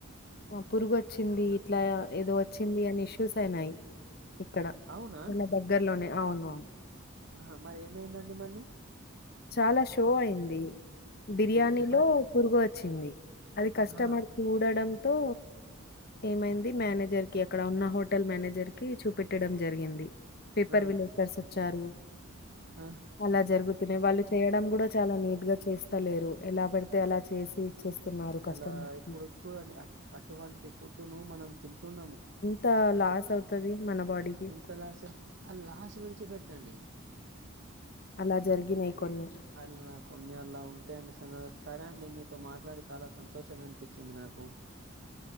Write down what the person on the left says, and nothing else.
వమ్ పురుగు వచ్చింది ఇట్లాయా ఏదో వచ్చింది అనేశి చూసన్నాయ్ ఇక్కడ
మన దగ్గర్లోనే అవునవును
చాలా షో అయ్యింది బిర్యానిలో
పురుగు వచ్చింది అది కస్టమర్
చూడడంతో ఏమైంది మేనేజర్ కి అక్కడ ఉన్న హోటల్ మేనేజర్ కి చూపెట్టడం జరిగింది పేపర్
విలేకర్స్ వచ్చారు
అలా జరుగు అదే వాళ్ళు చేయడం కూడ చాలా నే గా చేస్తలేరు ఎలా పడితే అలా చేసి ఇచ్చేస్తున్నారు కస్టమర్కి
తా లాస్ అవుతది మన బాడీకి
అలా జరిగినాయ్ కొన్ని